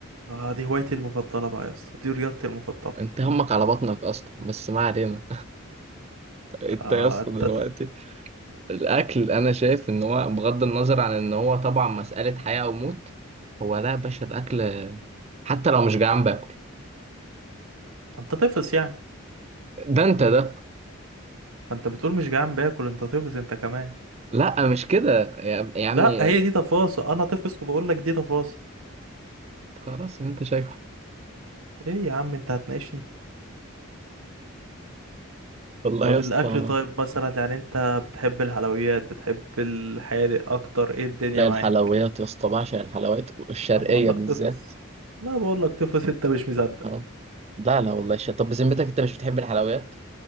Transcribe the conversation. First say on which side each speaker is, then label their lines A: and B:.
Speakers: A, on the right; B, on the right.
A: آه دي هوايتي المفضلة بقى يا اسطى دي رياضتي المفضلة
B: انت همك على بطنك اصلا بس ما علينا <laughs> انت
A: آه،
B: يا اسطى
A: انت
B: دلوقتي الاكل انا شايف ان هو بغض النظر عن ان هو طبعا مسألة حياة او موت هو لا يا باشا الاكل حتى لو مش جعان باكل
A: انت طفس يعني
B: ده انت ده
A: انت بتقول مش جعان باكل انت طفس انت كمان
B: لا مش كده يا يا عمي
A: لا هي دي تفاصيل انا طفس وبقول لك دي تفاصيل
B: خلاص اللي انت شايفه
A: ايه يا عم انت هتناقشني
B: والله
A: طب
B: يا اسطى
A: الاكل طيب مثلا يعني انت بتحب الحلويات بتحب الحادق اكتر ايه الدنيا
B: لا
A: معاك
B: الحلويات يا اسطى بعشق الحلويات الشرقية
A: انا بقول لك
B: بالذات
A: طفس لا بقول لك طفس انت مش مصدق
B: تمام لا لا والله الشرقية طب بذمتك انت مش بتحب الحلويات